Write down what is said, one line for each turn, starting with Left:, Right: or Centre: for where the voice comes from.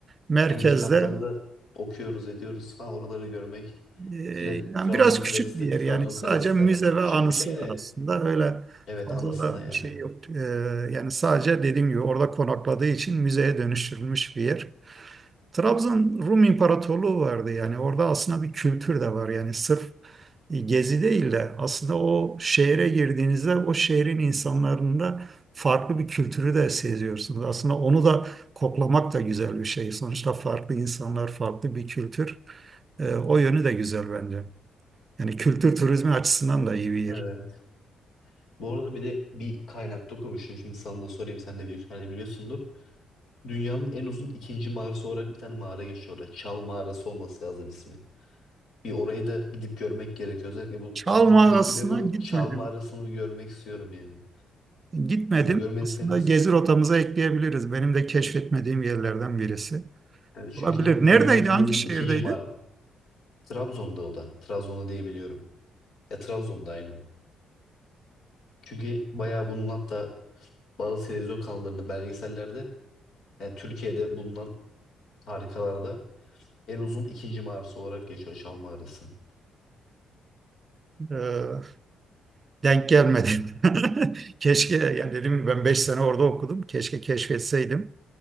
Right: Merkezde
Left: Yani kitaplarda okuyoruz, ediyoruz falan oraları görmek.
Right: Ee,
Left: Kale,
Right: yani
Left: Trabzon
Right: biraz
Left: Kalesi
Right: küçük bir
Left: de,
Right: yer
Left: Trabzon
Right: yani sadece
Left: Kalesi
Right: müze
Left: de var. Ya küçük
Right: ve anısı
Left: bir şey de
Right: var aslında öyle
Left: evet
Right: fazla
Left: anlasınlar
Right: da
Left: yani.
Right: bir şey yok. Ee, yani sadece dediğim gibi orada konakladığı için müzeye dönüştürülmüş bir yer. Trabzon Rum İmparatorluğu vardı yani orada aslında bir kültür de var yani sırf gezi değil de aslında o şehre girdiğinizde o şehrin insanlarında farklı bir kültürü de seziyorsunuz. Aslında onu da koklamak da güzel bir şey. Sonuçta farklı insanlar, farklı bir kültür. Ee, o yönü de güzel bence. Yani kültür turizmi açısından da iyi bir yer.
Left: Evet. Bu arada bir de bir kaynakta okumuştum. Şimdi sana da sorayım. Sen de büyük ihtimalle biliyorsundur. Dünyanın en uzun ikinci mağarası olarak bir tane mağara geçiyor orada. Çal Mağarası olması lazım ismi. Bir orayı da gidip görmek gerekiyor. Özellikle bu
Right: Çal
Left: Atatürk
Right: mağarasına
Left: Köşkü'yle bu
Right: gitmedim.
Left: Çal Mağarası'nı bir görmek istiyorum yani.
Right: Gitmedim.
Left: Siz de görmediyseniz
Right: Aslında gezi rotamıza ekleyebiliriz. Benim de keşfetmediğim yerlerden birisi.
Left: Evet, çünkü
Right: Olabilir.
Left: dünyanın
Right: Neredeydi?
Left: en
Right: Hangi
Left: uzun
Right: şehirdeydi?
Left: ikinci mağarası. Trabzon'da o da. Trabzon'da diyebiliyorum. Ya Trabzon'da aynen. Çünkü bayağı bunun hatta bazı televizyon kanallarında belgesellerde yani Türkiye'de bulunan harikalarda en uzun ikinci mağarası olarak geçiyor Çal Mağarası.
Right: Ee, denk gelmedi. <laughs> Keşke yani dedim ki ben 5 sene orada okudum. Keşke keşfetseydim.